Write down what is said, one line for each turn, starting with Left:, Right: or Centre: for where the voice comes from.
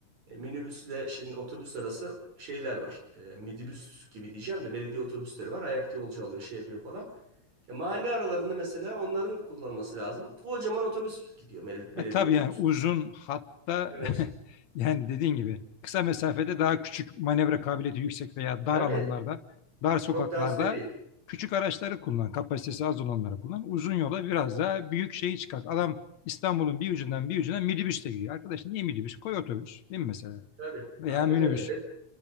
Right: e, minibüsle şimdi otobüs arası şeyler var. E, midibüs gibi diyeceğim de belediye otobüsleri var. Ayakta yolcu alıyor, şey yapıyor falan. E, mahalle aralarında mesela onların kullanılması lazım. Kocaman otobüs gidiyor bel- belediye
Left: E, tabii
Right: otobüsü.
Left: yani uzun hatta
Right: Evet.
Left: <laughs> yani dediğin gibi kısa mesafede daha küçük manevra kabiliyeti yüksek veya dar
Right: Tabii.
Left: alanlarda, dar sokaklarda
Right: Çok daha seri.
Left: küçük araçları kullan, kapasitesi az olanları kullan. Uzun yola biraz
Right: Evet.
Left: daha büyük şeyi çıkart. Adam İstanbul'un bir ucundan bir ucuna minibüsle gidiyor. Arkadaş niye minibüs? Koy otobüs değil mi mesela?
Right: Tabii.
Left: Veya
Right: Aynen
Left: minibüs.
Right: öyle.